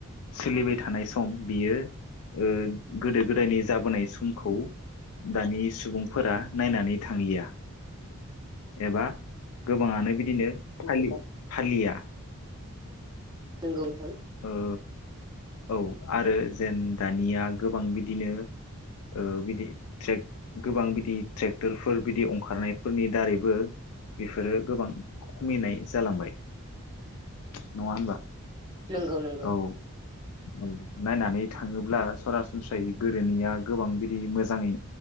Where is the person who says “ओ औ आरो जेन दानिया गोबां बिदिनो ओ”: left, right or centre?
Left